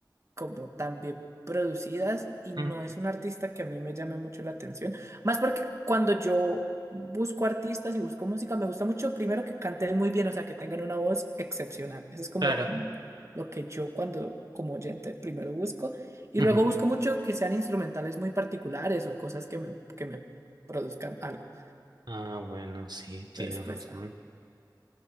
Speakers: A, on the right; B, on the right.
A: como tan bien producidas y
B: ujú,
A: no es un artista que a mí me llame mucho la atención, más porque cuando yo busco artistas y busco música me gusta mucho primero que canten muy bien, o sea, que tengan una voz excepcional. Eso es como
B: claro.
A: mm, lo que yo cuando como oyente primero busco y
B: ujú.
A: luego busco mucho que sean instrumentales muy particulares o cosas que me que me produzcan algo.
B: Ah, bueno, sí, tienes
A: Entonces, pues,
B: razón.
A: ajá.